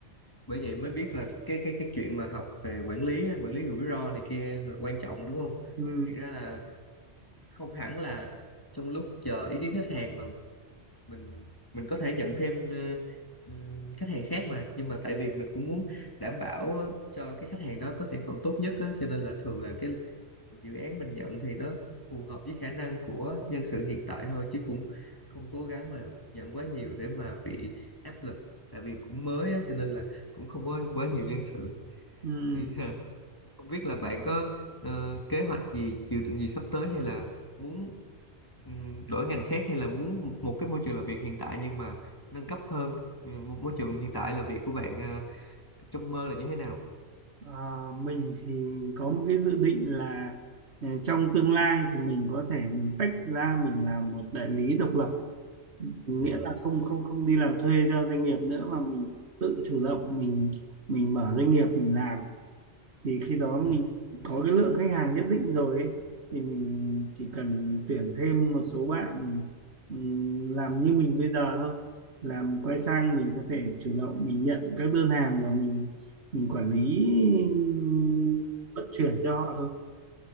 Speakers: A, on the left; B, on the right.
A: bởi vậy mới biết là cái cái cái chuyện mà học về quản lý á, quản lý rủi ro này kia là quan trọng đúng không
B: ừ,
A: thiệt ra là không hẳn là trong lúc chờ ý kiến khách hàng mà mình mình có thể nhận thêm ờ, ừm, khách hàng khác mà nhưng mà tại vì mình cũng muốn đảm bảo ờ, cho cái khách hàng đó có sản phẩm tốt nhất á, cho nên là thường là cái dự án mình nhận thì nó phù hợp với khả năng của nhân sự hiện tại thôi chứ cũng không cố gắng mà nhận quá nhiều để mà bị áp lực tại vì cũng mới á, cho nên là cũng không có quá nhiều nhân sự
B: ừ.
A: thì <laughs> Không biết là bạn có ờ, kế hoạch gì, dự định gì sắp tới hay là muốn ừm, đổi ngành khác hay là muốn một cái môi trường làm việc hiện tại nhưng mà nâng cấp hơn Ừ, môi môi trường hiện tại là việc của bạn ờ, trong mơ là như thế nào?
B: Ờ, mình thì có một cái dự định là ừ, trong tương lai thì mình có thể mình tách ra mình làm một đại lý độc lập nghĩa
A: Ừ.
B: là không không không đi làm thuê cho doanh nghiệp nữa mà mình tự chủ động mình mình mở doanh nghiệp mình làm thì khi đó mình
A: Ừ.
B: có cái lượng khách hàng nhất định rồi ấy, thì mình chỉ cần tuyển thêm một số bạn ừm, làm như mình bây giờ thôi làm quay sang mình có thể chủ động mình nhận các đơn hàng và mình mình quản lý ừm, vận chuyển cho họ thôi